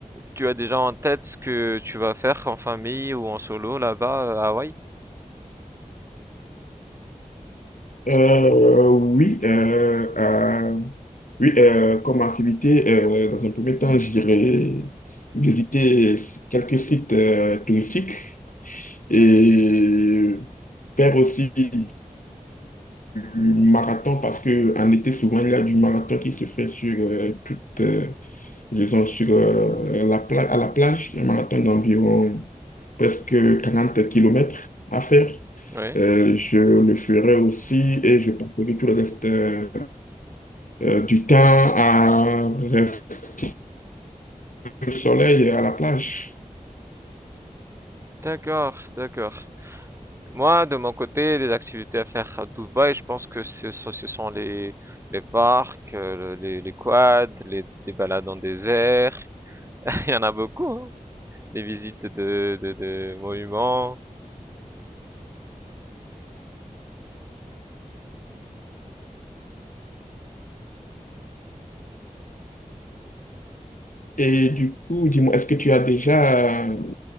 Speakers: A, on the right; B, on the left.
A: tu as déjà en tête ce que tu vas faire en famille ou en solo là-bas à Hawaï?
B: Euh, oui, euh, euh, oui euh, comme activité, euh, dans un premier temps, j'irai visiter quelques sites euh, touristiques et faire aussi du marathon parce que en été, souvent, il y a du marathon qui se fait sur euh, toute, euh, disons, sur euh, la pla- à la plage, un marathon d'environ presque 40 kilomètres à faire.
A: Oui.
B: Euh, je le ferai aussi et je passerai tout le reste euh, euh, du temps à rester au soleil et à la plage.
A: D'accord, d'accord. Moi, de mon côté, les activités à faire à Dubaï, je pense que ce, sont ce sont les, les parcs, euh, le- les, les quads, les, des balades en désert. <laughs> Il y en a beaucoup, hein. Les visites de, de, de monuments.
B: Et du coup, dis-moi, est-ce que tu as déjà, euh,